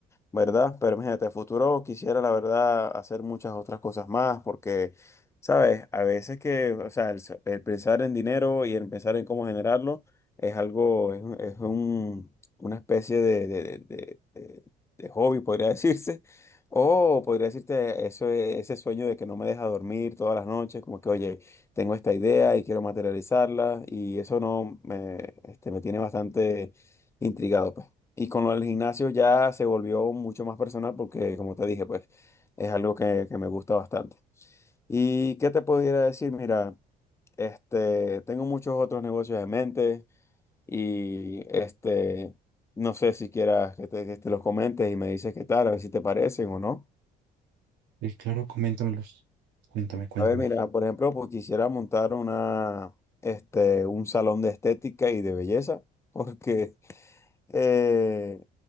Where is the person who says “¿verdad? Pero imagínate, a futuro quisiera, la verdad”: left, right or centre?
Left